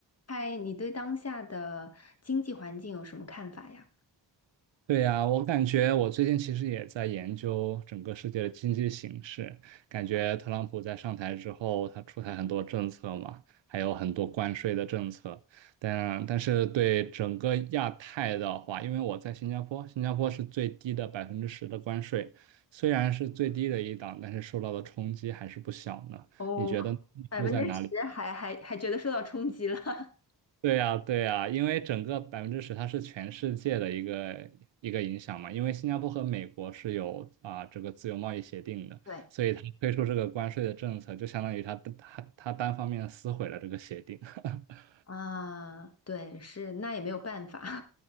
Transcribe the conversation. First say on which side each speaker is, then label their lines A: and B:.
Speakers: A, on the left; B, on the right.
A: 嗨，你对当下的经济环境有什么看法呀？
B: 对呀，我感觉我最近其实也在研究整个世界的经济形势，感觉特朗普在上台之后，他出台很多政策嘛，还有很多关税的政策，但但是对整个亚太的话，因为我在新加坡，新加坡是最低的百分之十的关税，虽然是最低的一档，但是受到的冲击还是不小呢。
A: 哦，
B: 你觉得你住在哪里？
A: 百分之十还还还觉得受到冲击了 <laughs>
B: 对呀，对呀，因为整个百分之十它是全世界的一个一个影响嘛，因为新加坡和美国是有啊、这个自由贸易协定的，
A: 对，
B: 所以它推出这个关税的政策，就相当于它它它单方面撕毁了这个协定。<laughs>
A: 啊？对，是，那也没有办法，